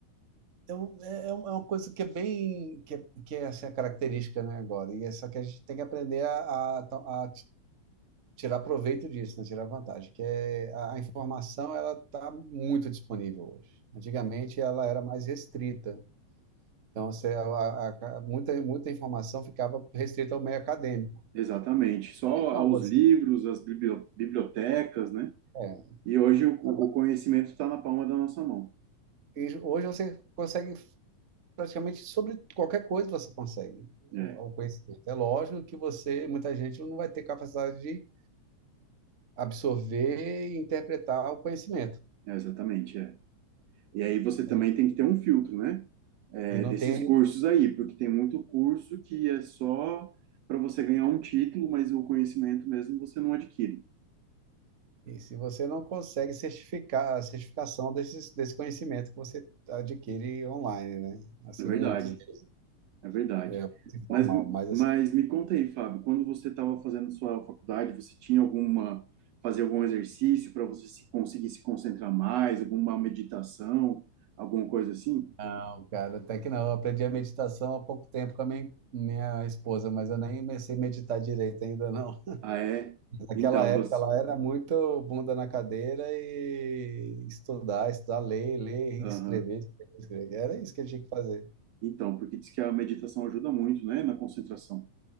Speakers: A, on the right; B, on the right.
A: é, um- é é uma coisa que é bem, que é, que é assim, a característica, né, agora. E é só que a gente tem que aprender a, a, to- a t- tirar proveito disso, né, tirar vantagem, que é a, a informação ela está muito disponível hoje. Antigamente ela era mais restrita. Então, você, a, a- a- muita, muita informação ficava restrita ao meio acadêmico.
B: exatamente, só
A: Não,
B: aos
A: você...
B: livros, às bibli- bibliotecas, né?
A: É,
B: E hoje o, o
A: Agora,
B: conhecimento está na palma da nossa mão.
A: e hoje você consegue praticamente sobre qualquer coisa você consegue o,
B: É,
A: o conhecimento. É lógico que você, muita gente não vai ter capacidade de absorver e interpretar o conhecimento,
B: é, exatamente, é. E aí você também
A: né?
B: tem que ter um filtro, né? É,
A: E não
B: desses
A: tem
B: cursos aí, porque tem muito curso que é só para você ganhar um título, mas o conhecimento mesmo você não adquire.
A: e se você não consegue certificar a certificação desses desse conhecimento que você adquire online, né? Assim,
B: É verdade,
A: muitos deles.
B: é verdade.
A: É muito informal,
B: Mas,
A: mas
B: mas
A: assim,
B: me conta aí, Fábio, quando você estava fazendo sua faculdade, você tinha alguma, fazer algum exercício para você se, conseguir se concentrar mais, alguma meditação, alguma coisa assim?
A: não, cara, até que não. Eu aprendi a meditação há pouco tempo com a minha, minha esposa, mas eu nem comecei a meditar direito ainda, não.
B: Ah, é?
A: Naquela
B: Então,
A: época
B: você,
A: ela era muito bunda na cadeira e estudar, estudar, ler, ler,
B: Aham.
A: escrever, escrever, escrever. Era isso que ele tinha que fazer.
B: Então, porque diz que a meditação ajuda muito, né, na concentração.